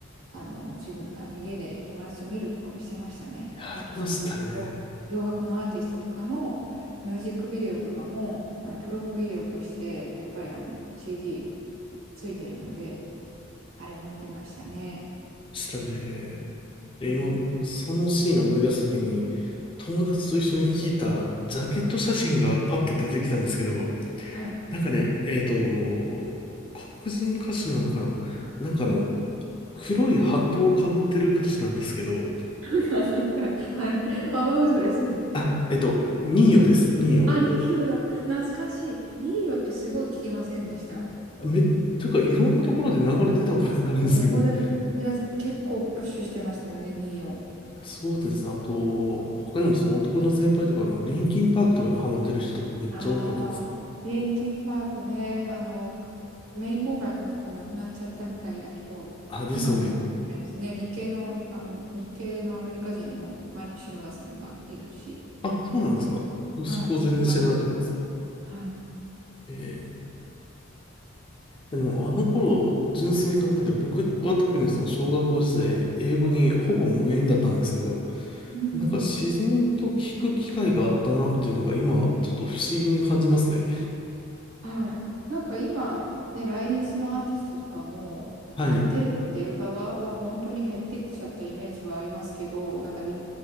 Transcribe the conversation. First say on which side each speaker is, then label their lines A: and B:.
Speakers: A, on the right (about 85°); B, on the left (about 25°).
A: あの、自分、あの、家で友達と見るとかしてましたね。
B: いやありましたね。
A: あと、その、よ洋楽のアーティストとかのミュージックビデオとかも、あの、プロモビデオとして、やっぱりあの、CD ついてるので、あれを見てましたね。
B: したね。で、
A: あのね
B: 今僕、そのシーンを思い出すときに、友達と一緒に聞いたジャケット写真がパッと出てきたんですけど、
A: はい。
B: なんかね、えっと、黒人歌手なのかななんかあの、
A: うん。
B: 黒いハットをかぶってる歌手なんですけど、
A: <laughs> あのはい。アバウトですね。
B: あ、えっと、ニーヨです、ニーヨ。
A: あ、ニーヨだ。懐かしい。ニーヨってすごい聞きませんでした。
B: め、というか、いろんなところで流れてた覚えがあるんですけどね。
A: そうどこでも、いや、結構プッシュしてましたよね、ニーヨ。
B: すごかったですね。あと、他にもその男の先輩とか、あの、リンキンパークとかにハマってる人とかめっちゃ多かったですね。
A: ああ、リンキンパークね、あの、メインボーカルの方亡くなっちゃったみたいだけど、
B: あ、ですよね。
A: 今もやってるみたいですね。日系の、あの、日系のアメリカ人のマイク・シノダさんがいるし、
B: あ、そうなんですか。
A: はい。
B: そこ全然知らなかったです。
A: バンドメンバー。はい。
B: えーでもあの頃、純粋に考えて、僕は特にその小学校時代、英語にほぼ無縁だったんですけど、
A: うん。
B: なんか自然と聞く機会があったなっていうのが今、ちょっと不思議に感じますね。
A: はい。なんか今、ね、来日のアーティストとかも、
B: はい。
A: あの、テレビに出る側は本当に減ってきちゃったイメージはありますけど、なんかに、